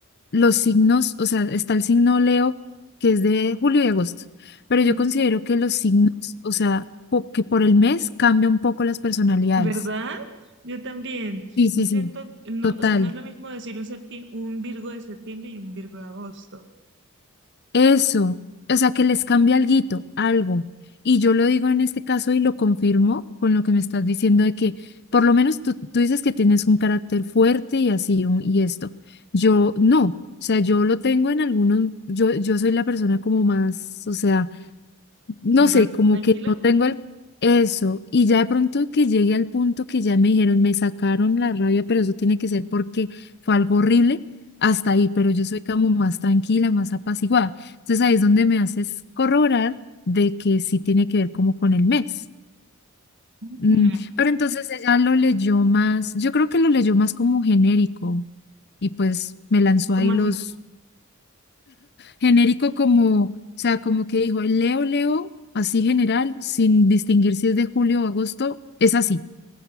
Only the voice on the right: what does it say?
Ujú,
¿Verdad? Yo también.
Yo
siento, no,
o sea, no es lo mismo decir un septi- un Virgo de septiembre y un Virgo de agosto.
Más
tranquila.
Ujú.
¿Cómo
así?